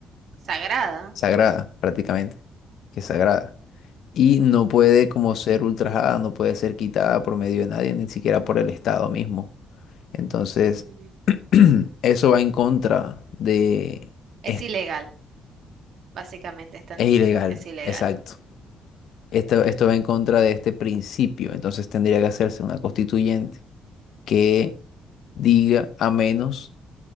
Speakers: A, on the right; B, on the left.
A: Sagrada.
B: sagrada, prácticamente, que es sagrada. Y no puede como ser ultrajada, no puede ser quitada por medio de nadie, ni siquiera por el Estado mismo. Entonces,
A: Mm,
B: <clears throat> eso va en contra de...
A: Es
B: Es,
A: ilegal, básicamente están
B: es
A: diciendo
B: ilegal,
A: que es ilegal.
B: exacto. Esto, esto va en contra de este principio, entonces tendría que hacerse una constituyente que diga a menos